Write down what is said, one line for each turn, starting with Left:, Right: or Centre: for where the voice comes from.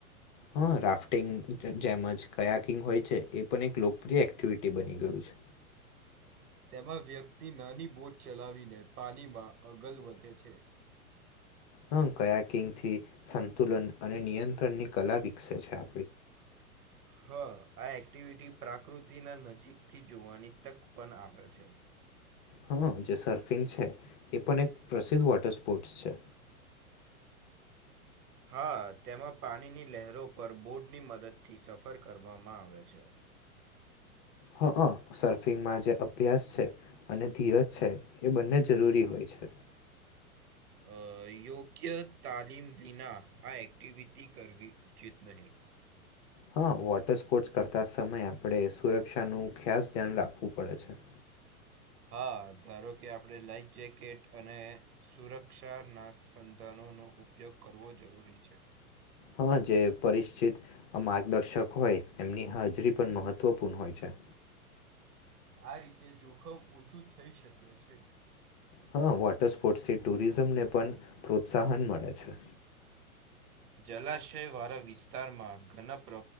Left: હ રાફ્ટિંગ જેજ કયાકિંગ હોય છે એ પણ એક લોકપ્રિય એક્ટિવિટી બની ગયું છે.
Right: તેમાં વ્યક્તિ નાની બોટ ચલાવીને પાણીમાં અગલ વધે છે.
Left: હમ્મ કયા કિંગથી સંતુલન અને નિયંત્રણની કલા વિકસે છે.
Right: હ આ એક્ટિવિટી પ્રાકૃતિના નજીકથી જોવાની તક પણ આપે છે.
Left: હ જે સર્ફિંગ છે એ પણ એક પ્રસિદ્ધ વોટર સ્પોર્ટ્સ છે.
Right: હા તેમાં પાણીની લહેરો પર બોર્ડની મદદથી સફર કરવામાં આવે છે.
Left: હ સર્ફિંગમાં જે અભ્યાસ છે અને ધીરજ છે એ બંને જરૂરી હોય છે. છે.
Right: અ યોગ્ય તાલીમ વિના આ એક્ટિવિટી કરવી ઉચિત નહીં.
Left: હા, વોટર સ્પોર્ટસ કરતા સમયે આપણે સુરક્ષાનું ખાસ ધ્યાન રાખવું પડે છે.
Right: હા ધારો કે આપણે લાઈફ જેકેટ અને સુરક્ષાના સંંધાનોનું ઉપયોગ કરવો જરૂરી છે.
Left: હ જે પરિચ્ચિત માર્ગદર્શક હોય એમની હાજરી પણ મહત્વપૂર્ણ હોય છે.
Right: આ રીતે જોખમ ઓછું થઈ શકે છે.
Left: હ વોટર સ્પોર્ટ્સથી ટુરિઝમને પણ પ્રોત્સાહન મળે છે.
Right: જલાશયવાળા વિસ્તારમાં ઘણા પ્ર